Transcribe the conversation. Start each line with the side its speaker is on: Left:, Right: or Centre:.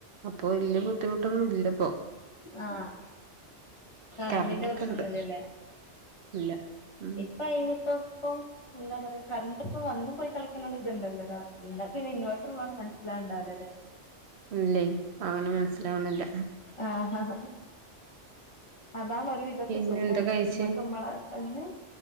Right: അപ്പൊ വല്ല്യ ബുദ്ധിമുട്ടൊന്നും ഇല്ലപ്പോ
Left: ആഹ് കറണ്ടിന്റെ
Right: കറണ്ടൊക്കെ
Left: പ്രശ്നൊന്നുല്ലല്ലേ
Right: ഇണ്ട് ഇല്ല ഉം
Left: ഇപ്പൊ അയിനിപ്പം ഇപ്പം എന്താ പറയാ കറണ്ട് ഇപ്പ വന്ന് പോയി കളിക്ക്ണ ഒര് ഇത്ണ്ടല്ലോ രാത്രി ഇങ്ങക്ക് പിന്നെ ഇൻവേർട്ടർ ഇള്ളോണ്ട് മനസ്സിലാവ്ണ്ടാവൂലലെ
Right: ഇല്ലേയ് അങ്ങനെ മനസ്സിലാവുണില്ല
Left: ആഹ് ആഹ് അതാണ് ഒരു വിധോക്കെ
Right: പിന്നെ
Left: സുഖം
Right: എന്താ കഴിച്ചേ
Left: ഇങ്ങക്ക് മ്മളെ അയ്യോ